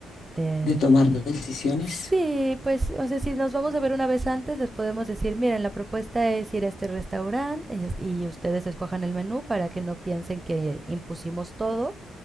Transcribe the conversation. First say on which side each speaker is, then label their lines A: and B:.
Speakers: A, on the right; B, on the left.
A: de...
B: De tomar decisiones,
A: Sí, pues, o sea, si nos vamos a ver una vez antes, les podemos decir, miren, la propuesta es ir a este restaurante y, y ustedes escojan el menú para que no piensen que impusimos todo